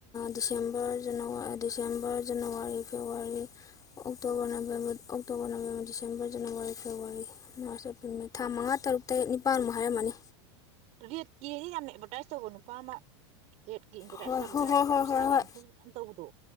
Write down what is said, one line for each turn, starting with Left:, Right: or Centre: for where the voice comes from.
Left: ꯗꯤꯁꯦꯝꯕꯔꯖꯅꯋꯥ December January February October November October November December January February March April ꯊꯥ ꯃꯉꯥ ꯇꯔꯨꯛ ꯇꯔꯦꯠ ꯅꯤꯄꯥꯜꯃꯨꯛ ꯍꯥꯏꯔꯝꯃꯅꯤ
Right: ꯔꯠ ꯌꯥꯝ ꯑꯦꯗꯚꯔꯇꯥꯏꯖ ꯇꯧꯕ ꯅꯨꯨꯄꯥ ꯑꯃ ꯔꯦꯠꯀꯤ ꯑꯦꯗꯚꯔꯇꯥꯏꯁ
Left: ꯍꯣꯏ
Right: ꯇꯧꯕ
Left: ꯍꯣꯏ
Right: ꯌꯥꯝ
Left: ꯍꯣꯏ ꯍꯣꯏ
Right: ꯏꯟꯁꯇꯥꯒ꯭ꯔꯥꯝ
Left: ꯍꯣꯏ ꯍꯣꯏ
Right: ꯐꯦꯁꯕꯨꯛ ꯌꯥꯝ ꯇꯧꯕꯗꯣ